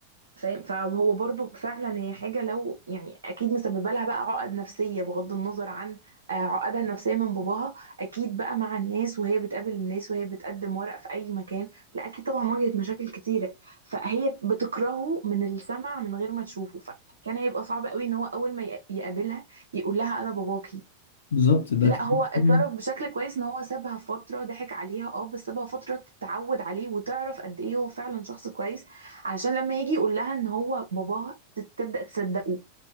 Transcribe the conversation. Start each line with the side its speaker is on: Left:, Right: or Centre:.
Right: فاهم فهو برضه فعلا هي حاجه لو يعني اكيد مسببه لها بقى عقد نفسيه بغض النظر عن آه، عقدها النفسيه من باباها اكيد بقى مع الناس وهي بتقابل الناس وهي بتقدم ورق في اي مكان لا اكيد طبعا واجهت مشاكل كتيره فهي بتكرهه من السمع من غير ما تشوفه فكان هيبقى صعب قوي ان هو اول ما يق- يقابلها يقول لها انا باباكي
Left: بالظبط ده
Right: لا
Left: كده.
Right: هو اتصرف بشكل كويس ان هو سابها فترة ضحك عليها اه بس سابها فترة تتعود عليه وتعرف قد ايه هو فعلا شخص كويس عشان لما يجي يقول لها ان هو باباها ت- تبدأ تصدقه